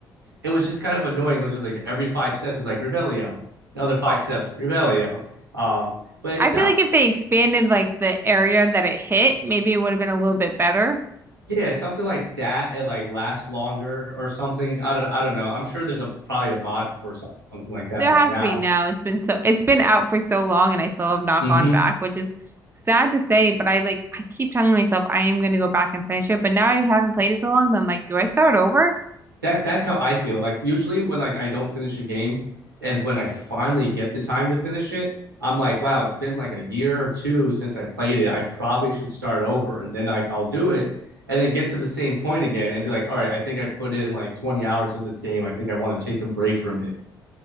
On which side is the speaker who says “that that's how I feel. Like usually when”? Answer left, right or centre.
Right